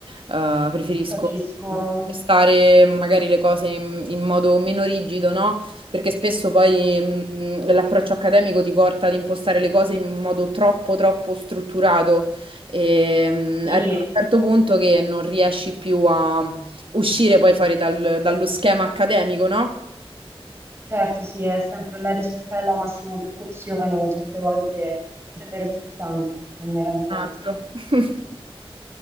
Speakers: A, on the right; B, on the right.
A: eh, preferisco
B: capisco,
A: stare
B: capisco.
A: magari le cose in, in modo meno rigido, no? Perché spesso poi mh, l'approccio accademico ti porta ad impostare le cose in modo troppo, troppo strutturato e mh,
B: Sì,
A: arriva a un certo punto che non riesci più a uscire poi fuori dal- dallo schema accademico, no?
B: certo, sì, è sempre la ricerca della massima perfezione, certe volte è davvero stressante, me ne rendo conto.
A: Esatto. <laughs>